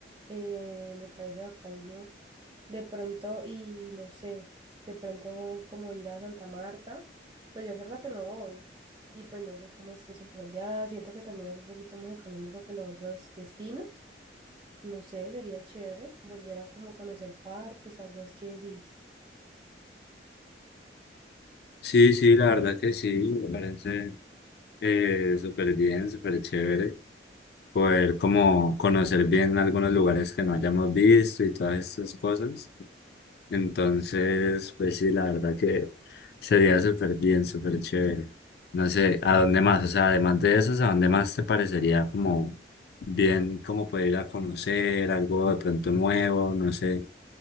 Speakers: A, on the right; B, on the left.
A: eh, me parece bacanísimo. De pronto, y no sé, de pronto como ir a Santa Marta, pues yo hace rato no voy y pues no sé cómo esté eso por allá, siento que también es un poquito más económico que los otros destinos, no sé, sería chévere volver a como conocer partes, a vos qué decís.
B: Sí, sí, la verdad que sí, me parece eh, súper bien, súper chévere. poder como conocer bien algunos lugares que no hayamos visto y todas estas cosas. Entonces, pues sí, la verdad que sería súper bien, súper chévere. No sé, ¿a dónde más? O sea, además de eso, ¿a dónde más te parecería como bien, como poder ir a conocer algo de pronto nuevo? No sé